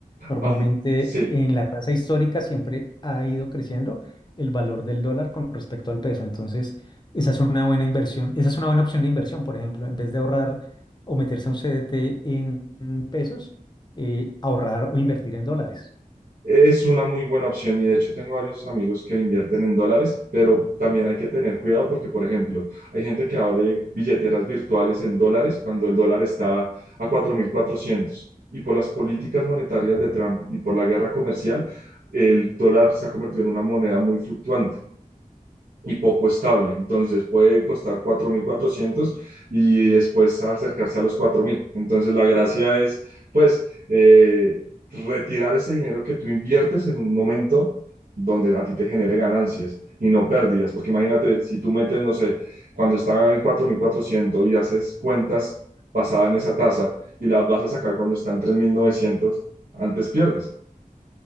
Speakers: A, on the left; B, on the right.
A: Normalmente
B: Aun- sí.
A: en la tasa histórica siempre ha ido creciendo el valor del dólar con respecto al peso. Entonces, esa es una buena inversión, esa es una buena opción de inversión, por ejemplo, en vez de ahorrar o meterse a un CDT en en pesos, eh, ahorrar o invertir en dólares.
B: Es una muy buena opción y de hecho tengo varios amigos que invierten en dólares, pero también hay que tener cuidado porque, por ejemplo, hay gente que abre billeteras virtuales en dólares cuando el dólar está a 4.400 y por las políticas monetarias de Trump y por la guerra comercial, el dólar se ha convertido en una moneda muy fluctuante y poco estable. Entonces puede costar 4.400 y después acercarse a los cuatro mil Entonces la gracia es, pues, eh, retirar ese dinero que tú inviertes en un momento donde a ti te genere ganancias y no pérdidas. Porque imagínate, si tú metes, no sé, cuando está en 4.400 y haces cuentas basadas en esa tasa y las vas a sacar cuando está en 3.900 antes pierdes.